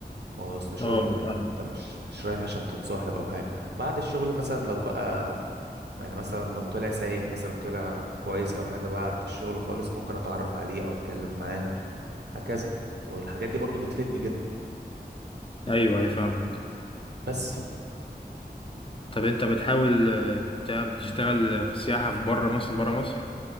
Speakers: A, on the right; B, on the left.
A: هو اصل شغل
B: اه أنا
A: يعني
B: فاهم
A: انت مش مش رايح عشان تتصاحب او حاجة بعد الشغل مثلا لو بقى يعني مثلا لو طلع سايح مثلا طلع كويس او حاجة بعد الشغل خالص ممكن اتعرف عليه او اتكلم معاه هكذا والحاجات دي برضو بتفيدني جدا
B: أيوه أيوه فاهمك
A: بس
B: طب أنت بتحاول آه، تعمل تشتغل في السياحة في بره مثلا بره مصر